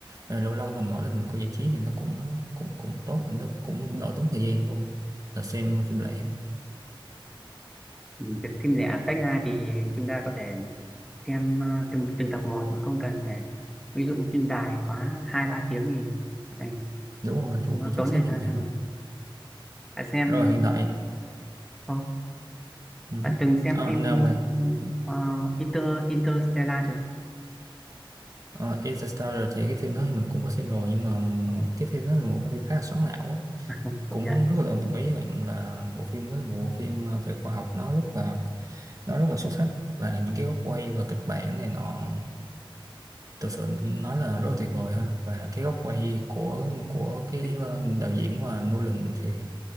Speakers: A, on the right; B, in the centre.
A: rồi lâu lâu mình mở lên mình coi giải trí thì nó cũng cũng cũng tốt nó cũng đỡ tốn thời gian hơn là xem phim lẻ
B: Ừ, việc phim lẻ tách ra thì chúng ta có thể xem ờ, từng từng tập một mà không cần phải ví dụ phim dài quá hai ba tiếng thì này,
A: đúng rồi đúng
B: nó
A: rồi chính
B: tốn
A: xác
B: thời
A: như
B: gian
A: vậy
B: hơn.
A: ha
B: bạn xem
A: rồi hiện tại
B: Ồ,
A: ừ.
B: bạn từng xem
A: à,
B: phim
A: nào về
B: ờ, Inter Interstellar chưa?
A: Ờ, Interstellar thì cái phim đó thì mình cũng có xem rồi nhưng mà
B: Ồ,
A: cái phim đó là một phim khá là xoắn não á.
B: công
A: cũng
B: nhận.
A: rất là đồng ý với bạn là bộ phim đó là một bộ phim ờ, về khoa học nó rất là nó rất là xuất sắc và những cái góc quay và kịch bản này nọ thực sự nói là rất là tuyệt vời ha và cái góc quay của của cái
B: Ừ.
A: ờ, đạo diễn mà Nolan thì